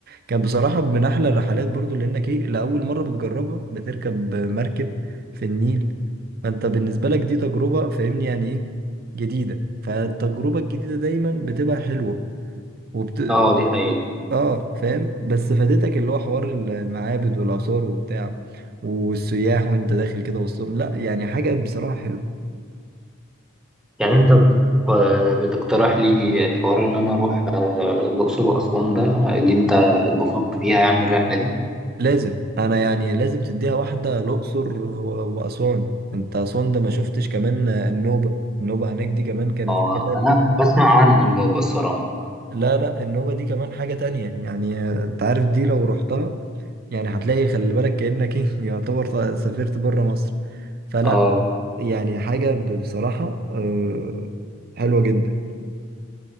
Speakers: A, on the right (about 45°); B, in the centre.
A: كان بصراحة من أحلى الرحلات برضو لأنك إيه لأول مرة بتجربها بتركب مركب في النيل فأنت بالنسبة لك دي تجربة فاهمني يعني إيه جديدة فالتجربة الجديدة دايما بتبقى حلوة وبت
B: اه دي حقيقة
A: آه فاهم بس فاتتك اللي هو حوار ال- المعابد والآثار وبتاع والسياح وأنت داخل كده وسطهم لأ يعني حاجة بصراحة حلوة
B: يعني انت بت- بتقترح لي حوار ان انا اروح آه، الاقصر واسوان ده اللي انت اتبسطت فيها يعني الرحله دي
A: لازم أنا يعني لازم تديها واحدة الأقصر و- وأسوان أنت أسوان ده ما شفتش كمان النوبة النوبة هناك دي كمان كانت
B: اه
A: حاجة تانية
B: انا بسمع عنها النوبه الصراحه
A: لا لا النوبة دي كمان حاجة تانية يعني آه، انت عارف دي لو رحتها يعني هتلاقي خلي بالك كأنك ايه <laughs> يعتبر ط- سافرت بره مصر فلا
B: اه
A: يعني حاجة ب- بصراحة آه، حلوة جدا